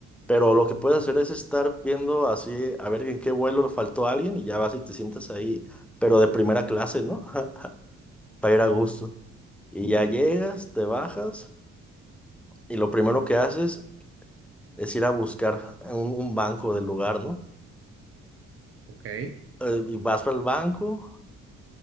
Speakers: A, in the centre; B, on the right.
A: Pero lo que puedes hacer es estar viendo así, a ver en qué vuelo faltó alguien y ya vas y te sientas ahí, pero de primera clase, ¿no? <laughs> Para ir
B: Uh,
A: a gusto. Y ya llegas, te bajas y lo primero que
B: Pues,
A: haces es ir a buscar un, un banco del lugar, ¿no?
B: ok.
A: Eh, y vas al banco,